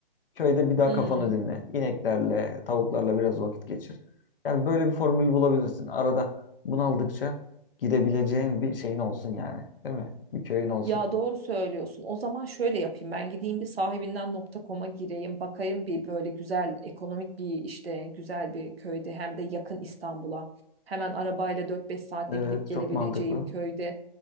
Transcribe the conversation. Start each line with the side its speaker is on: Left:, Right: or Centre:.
Left: Köyde bir daha
Right: Hmm.
Left: kafanı dinle. İneklerle, tavuklarla biraz vakit geçir. Yani böyle bir formül bulabilirsin. Arada bunaldıkça gidebileceğin bir şeyin olsun yani. Değil mi? Bir köyün olsun.
Right: Ya doğru söylüyorsun. O zaman şöyle yapayım. Ben gideyim bir sahibinden nokta nokta.com'a gireyim. Bakayım bir böyle güzel ekonomik bir işte güzel bir köyde hem de yakın İstanbul'a. Hemen arabayla dört beş saatte
Left: Evet,
Right: gidip gelebileceğim
Left: çok mantıklı.
Right: köyde